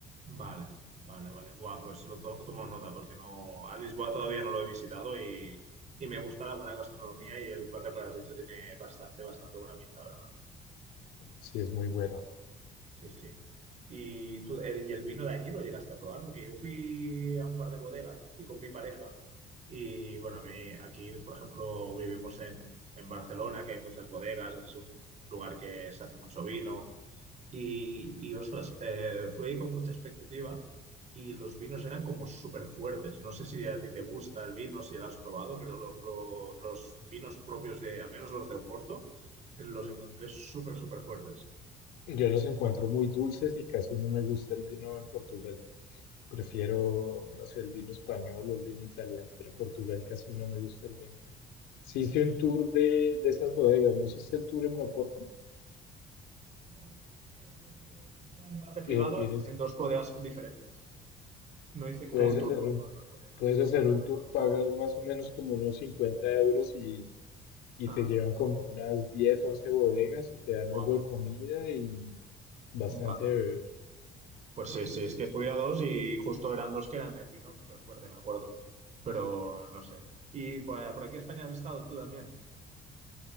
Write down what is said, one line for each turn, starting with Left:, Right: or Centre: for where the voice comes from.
Right: Vale, vale, vale. Buah, pues lo to- tomo nota porque no, a Lisboa todavía no lo he visitado y, y me gusta la buena gastronomía y el plato que has dicho tiene bastante, bastante buena pinta, la ¿verdad?
Left: Sí, es muy bueno.
Right: Sí, sí. ¿Y tú, el- y el vino de allí lo llegaste a probar? Porque yo fui a un par de bodegas, fui con mi pareja y bueno, a mí aquí, por ejemplo, vivimos en, en Barcelona, que hay muchas bodegas, es un lugar que se hace mucho vino. Y, y, ostras, eh, fui ahí con mucha expectativa y los vinos eran como súper fuertes. No sé si a ti te gusta el vino, si lo has probado, pero lo- lo- los vinos propios de, al menos los de Oporto, eh, los encontré súper, súper fuertes.
Left: Yo los encuentro muy dulces y casi no me gusta el vino en Portugal. Prefiero,
Right: Ya,
Left: no sé, el vino español o el vino italiano, pero en Portugal casi no me gusta el vino. Sí
Right: ya.
Left: hice un tour de, de esas bodegas, ¿no hiciste el tour en Oporto?
Right: Bueno, hice, ya te digo, fui como un pase
Left: Que
Right: privado
Left: tienes,
Right: en, en dos bodegas diferentes. No hice como
Left: puedes
Right: un
Left: hacer
Right: tour por
Left: un,
Right: todas las bodegas.
Left: puedes
Right: Hice...
Left: hacer un tour, pagas más o menos como unos 50 euros y, y
Right: Ajá.
Left: te llevan como unas 10, 11 bodegas y te dan
Right: Wow.
Left: algo de comida y bastante
Right: Vale.
Left: de beber.
Right: Pues sí, sí, es que fui a dos y justo eran dos que eran el vino súper fuerte, me acuerdo. Pero no sé. ¿Y por, por aquí en España has estado tú también?